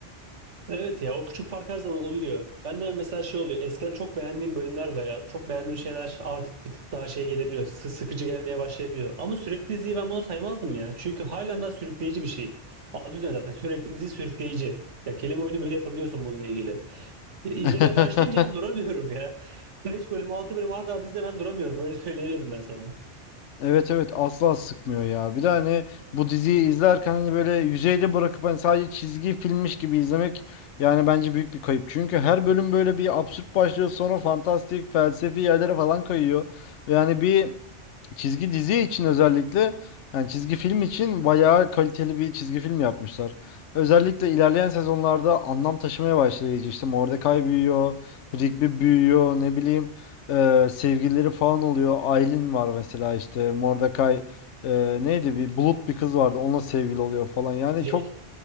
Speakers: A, on the right; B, on the left.
A: Evet ya o küçük fark her zaman oluyor. Ben de mesela şey oluyor. Eskiden çok beğendiğim bölümler veya çok beğendiğim şeyler artık bir tık daha şey gelebiliyor. sı- Sıkıcı gelmeye başlayabiliyor. Ama sürekli diziyi ben bunu saymazdım ya. Çünkü halen daha sürükleyici bir şey. Adı üzerine zaten sürekli dizi sürükleyici. Ya kelime oyunu böyle yapabiliyorsun bununla ilgili. E, İzlemeye
B: <laughs>
A: başlayınca yani duramıyorum ya. 5 bölüm 6 bölüm art arda izle ben duramıyorum. Öyle söyleyebilirim ben sana.
B: Evet evet asla sıkmıyor ya. Bir de hani bu diziyi izlerken hani böyle yüzeyde bırakıp hani sadece çizgi filmmiş gibi izlemek yani bence büyük bir kayıp. Çünkü her bölüm böyle bir absürt başlıyor sonra fantastik felsefi yerlere falan kayıyor. Ve yani bir Çizgi dizi için özellikle yani çizgi film için bayağı kaliteli bir çizgi film yapmışlar. Özellikle ilerleyen sezonlarda anlam taşımaya başlayıcı işte Mordecai büyüyor, Rigby büyüyor, ne bileyim e, sevgilileri falan oluyor. Aylin var mesela işte Mordecai e, neydi bir bulut bir kız vardı onunla sevgili oluyor falan. Yani
A: DJ.
B: çok